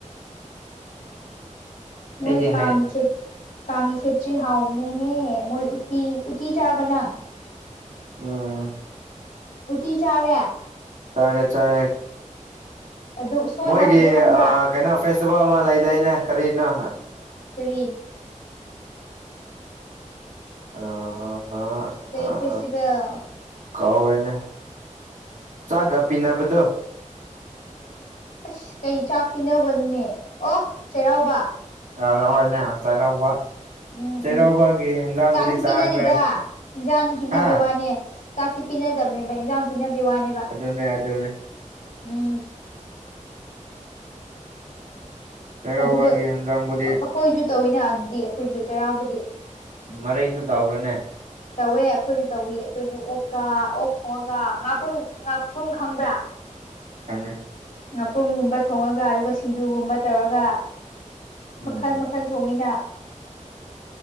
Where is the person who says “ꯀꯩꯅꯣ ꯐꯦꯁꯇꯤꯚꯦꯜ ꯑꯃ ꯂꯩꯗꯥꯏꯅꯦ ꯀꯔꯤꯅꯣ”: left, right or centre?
Right